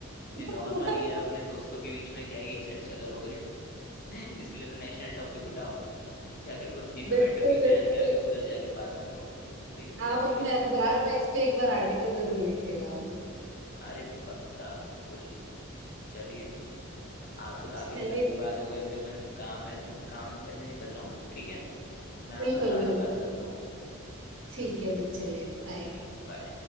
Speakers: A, on the right; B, on the left.
A: <laughs>
B: ये नॉर्मल ही है अपने दोस्तों के बीच में क्या ही चर्चा करोगे <laughs> इसके लिए तो नेशनल टॉपिक उठाओ जाके कुर्सी पे
A: बिल्कुल
B: बैठो न्यूज
A: बिल्कुल
B: चैनल के आगे उधर जाके बात करो कोई दिक्कत
A: आप
B: नहीं
A: अपने
B: है
A: अखबार में इस पे एक बार आर्टिकल जरूर लिखिएगा
B: अरे पक्का बिल्कुल चलिए आपसे काफी
A: चलिए
B: लंबी बात हो गई अब मेरे को है ना काम है तो मैं काम करने निकल रहा हूँ ठीक है मैं आपसे
A: बिल्कुल
B: बाद
A: बिल्कुल
B: में बात करता हूँ
A: ठीक है जी चलिए बाय
B: चलिए बाय